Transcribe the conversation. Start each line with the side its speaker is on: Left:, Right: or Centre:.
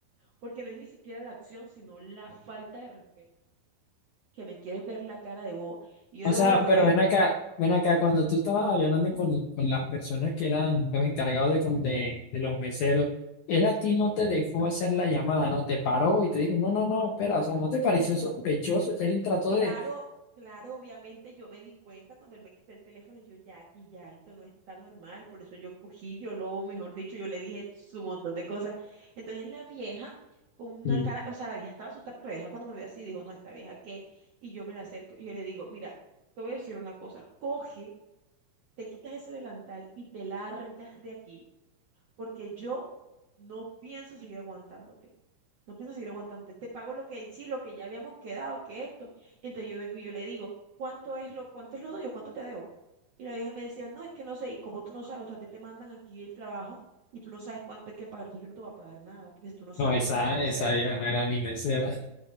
Right: porque no es ni siquiera la acción, sino la falta de respeto, que me quieres ver la cara de boba. Y yo
Left: O
Right: de
Left: sea,
Right: boba bebé
Left: pero ven acá, ven acá, cuando tú estabas hablando con, con las personas que eran los encargados de, con- de, de los meseros, él a ti no te dejó hacer la llamada, ¿no? Te paró y te dijo, no, no, no, espera, o sea, ¿no te pareció sospechoso que él trató
Right: Claro,
Left: de...?
Right: claro, obviamente yo me di cuenta cuando él me quitó el teléfono, yo ya aquí, ya esto no está normal, por eso yo cogí, yo lo, mejor dicho, yo le dije su montón de cosas. Entonces la vieja, con una
Left: Sí.
Right: cara, o sea, la vieja estaba asustada porque la vieja cuando me vio así dijo, no, esta vieja qué, y yo me la acerco y yo le digo, mira, te voy a decir una cosa, coge, te quitas ese delantal y te largas de aquí, porque yo no pienso seguir aguantándote. No pienso seguir aguantándote. Te te pago lo que sí, lo que ya habíamos quedado, que esto. Entonces yo vengo y yo le digo, ¿cuánto es lo, cuánto es lo tuyo? ¿Cuánto te debo? Y la vieja me decía, no, es que no sé. ¿Y como tú no sabes? O sea, a ti te mandan aquí el trabajo y tú no sabes cuánto hay que pagar. Entonces yo no te voy a pagar nada, porque si tú no sabes,
Left: No, esa,
Right: yo tampoco
Left: esa
Right: sé.
Left: ya no era ni mesera.